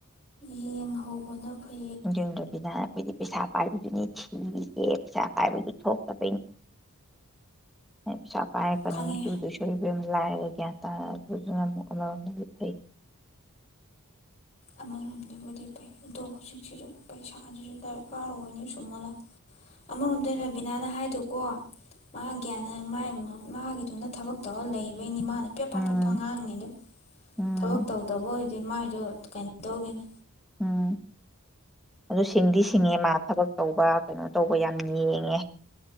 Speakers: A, on the left; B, in the centre.
A: ꯌꯦꯡ ꯍꯧꯕꯅ ꯐꯩ
B: ꯌ ꯌꯨꯝꯗꯣꯕꯤꯅ ꯑꯩꯈꯣꯏꯗꯤ ꯄꯩꯁꯥ ꯄꯥꯏꯕꯗꯨꯅꯤ ꯊꯤꯔꯤꯁꯦ ꯄꯩꯁꯥ ꯄꯥꯏꯕꯗꯨ ꯊꯣꯛꯣꯛ ꯍ ꯁꯥ ꯄꯄꯥ ꯄꯅꯤꯔ
A: ꯈꯪꯉꯦ
B: ꯀꯗ ꯁꯨꯦ ꯂꯥꯏꯔꯒ ꯒ꯭ꯌꯥꯟ ꯇꯥꯔꯗꯨꯅ ꯑꯃꯨꯛꯗꯤ ꯐꯩ
A: ꯑꯃꯔꯣꯝꯗꯕꯨꯗꯤ ꯐꯩ ꯑꯗꯣ ꯍꯧꯖꯤꯛꯁꯤꯁꯨ ꯄꯩꯁꯥꯁꯤꯁꯨ ꯗꯔꯀꯥꯔ ꯑꯣꯏꯅꯤ ꯁꯨꯝꯃꯜꯂ ꯑꯃꯔꯣꯝꯗ ꯔꯕꯤꯅꯥꯅ ꯍꯥꯏꯗꯣꯀꯣ ꯃꯥ ꯒ꯭ꯌꯥꯅ ꯃꯥꯒꯤꯗꯨꯅ ꯊꯕꯛ ꯇꯧꯔ ꯂꯩꯕꯩꯅꯤ ꯃꯥꯅ ꯄꯦꯄ
B: ꯎꯝ
A: ꯄꯦꯄ ꯉꯥꯡꯉꯤꯗꯣ
B: ꯎꯝ
A: ꯊꯕꯛ ꯇꯧ ꯇꯧꯕꯕꯨꯣꯣꯏꯦ ꯃꯥꯏ ꯌ ꯀꯩꯅ ꯇꯧꯒꯦꯅꯦ
B: ꯎꯝ ꯑꯗꯨ ꯁꯤꯡꯗꯤ ꯁꯤꯡꯉꯦ ꯃꯥ ꯊꯕꯛ ꯇꯧꯕ ꯀꯩꯅꯣ ꯇꯧꯕ ꯌꯥꯝ ꯌꯦꯡꯉꯦ